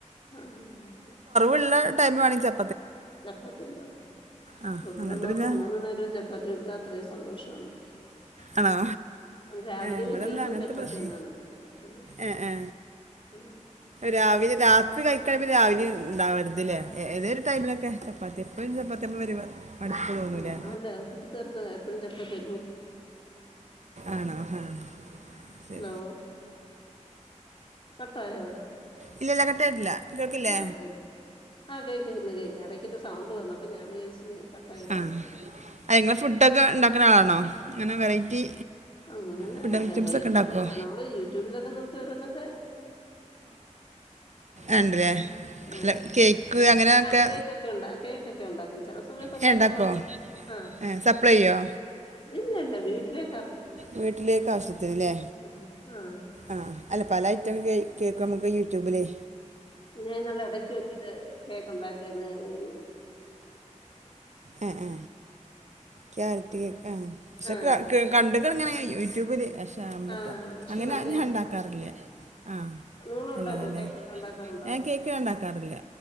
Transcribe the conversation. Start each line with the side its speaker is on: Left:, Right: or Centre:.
Left: ആഹ് ആഹ്
Right: ഉള്ള ടെപ്പ് കാണിച്ചാൽ
Left: ചപ്പാത്തി ഉണ്ടാക്കും
Right: ആ
Left: ഇവിടെഉള്ളവർക്ക്
Right: അങ്ങനത്തെ പിന്നെ
Left: മുന്ന് നേരംചപ്പാത്തി കൊടുത്താ അത്രയും സന്തോഷമാണ്അത്രയും സന്തോഷമാണ്
Right: ആണോ
Left: അത് രാവിലെ
Right: എവിടെന്നുംഅങ്ങനത്തെ
Left: മിക്ക ദിവസവും ചപ്പാത്തി
Right: പ്രശ്ം
Left: തന്നെയാണ് ആഹ്
Right: ആഏ
Left: ആഹ്
Right: രാവിലെ രാത്രി ചപ്പാത്തി കയികാതരാവിലെ ഉണ്ടാവരുതില്ലേ ഏതൊരു ടൈമിലൊക്കെ ചപ്പാത്തി എപ്പഴും ചപ്പാത്തി ആവുമ്പോ ഒരു മടുപ്പ് തോന്നൂലേ
Left: ആ അല്ല വിട്ട് തോറ്ക്ക്എപ്പഴും ചപ്പാത്തി
Right: ആണോ ശരി
Left: ഹലോ കട്ടയോ
Right: ഇല്ല ഇല്ല കട്ടായിട്ടില്ല കേൾക്കില്ലേ
Left: ആഹ അല്ല ആ കേക്കന്ന് കേക്കുന്നു ഇടക്കട്ട സൗണ്ട് വന്ന അപ്പൊ ഞാൻ വിചാരിച്ച കട്ട ആയതാണോ
Right: ആ ആ നിങ്ങൾ ഫുഡൊക്കെ ഉണ്ടാക്കുന്ന ആളാണോ അങ്ങനെ വെറൈറ്റി
Left: അങ്ങനെ
Right: ഫുഡ് ഐറ്റംസ്
Left: വെറൈറ്റി
Right: ഒക്കെ ഉണ്ടാക്കുമോ
Left: നമ്മള് യൂട്യൂബിലൊക്കെ നോക്കി ഒരോന്ന് ഓകെ
Right: ആണ്ട് ലെഅല്ല
Left: ആഹ്.
Right: കേക്ക് അങ്ങനെയൊക്കെ
Left: ആ കേക്കൊക്കെ ഉണ്ടാഉണ്ടാക്കും ചില സമയത്ത് ഉണ്ടാക്കുമ്പോൾ
Right: ഏ, ഉണ്ടാക്കുമോ
Left: ആഹ
Right: ഏ സപ്ലൈ ചെയ്യോ
Left: ഇല്ല ഇല്ല വീട്ടിലേ
Right: വീട്ടിലേക്ക് ആശ്യത്തിന്ല്ലേ
Left: ആഹ് ആഹ്.
Right: ആഹ അല്ല പല ഐറ്റം കേക്ക് നമുക്ക് യൂട്യൂബിൽ യൂട്യൂബിലെ
Left: ഞാൻ ഇടക്ക് വെച്ചിട്ട് കേക്ക ഉണ്ടാക്കിയത് മ <unintelligible>
Right: ആ ആ ക്യാരറ്റ് കേക്ക്ആ പക്ഷെ
Left: ആഹ്
Right: ഇങ്ങനെ കണ്ട്ക്ക്ണു യൂട്യൂബില് എ
Left: ആഹ്. പക്ഷെ
Right: അങ്ങനെ
Left: നല്ലയാ.
Right: ഞാൻ ഉണ്ടാക്കാറില്ല ആ
Left: നിങ്ങളും
Right: നല്ലത
Left: ഉണ്ടാക്കോ
Right: അല്ലേ
Left: കേക്കൊക്കെ ഉണ്ടാക്കാറുണ്ടോ?
Right: ഞാൻ കേക്ക്ഉണ്ടാക്കാറില്ല